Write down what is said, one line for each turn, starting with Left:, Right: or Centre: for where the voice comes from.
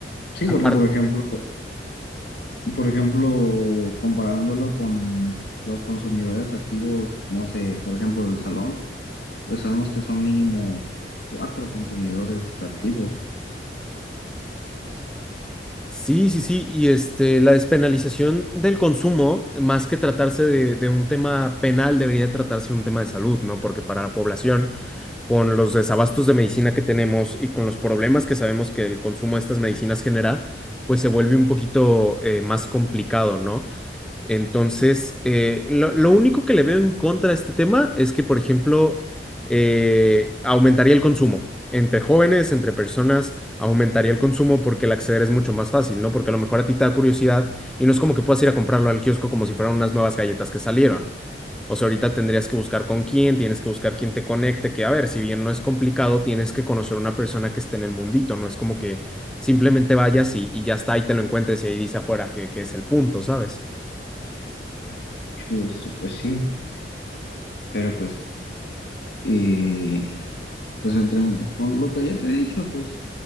Left: Sí,
Centre: Aparte,
Left: porque, por ejemplo, por ejemplo, comparándolo con los consumidores activos, no sé, por ejemplo, del salón, pues sabemos que son mínimo cuatro consumidores activos.
Centre: Sí, sí, sí, y este, la despenalización del consumo, más que tratarse de, de un tema penal, debería tratarse de un tema de salud, ¿no? Porque para la población, con los desabastos de medicina que tenemos y con los problemas que sabemos que el consumo de estas medicinas genera, pues se vuelve un poquito eh, más complicado, ¿no? Entonces, eh, lo, lo único que le veo en contra de este tema es que, por ejemplo, eh, aumentaría el consumo. Entre jóvenes, entre personas, aumentaría el consumo porque el acceder es mucho más fácil, ¿no? Porque a lo mejor a ti te da curiosidad y no es como que puedas ir a comprarlo al kiosco como si fueran unas nuevas galletas que salieron. O sea, ahorita tendrías que buscar con quién, tienes que buscar quién te conecte, que a ver, si bien no es complicado, tienes que conocer a una persona que esté en el mundito, no es como que simplemente vayas y, y ya está, y te lo encuentres y ahí dice afuera que, que es el punto, ¿sabes?
Left: Este, pues sí, pero pues... eh, pues entre, por lo que ya te he dicho, pues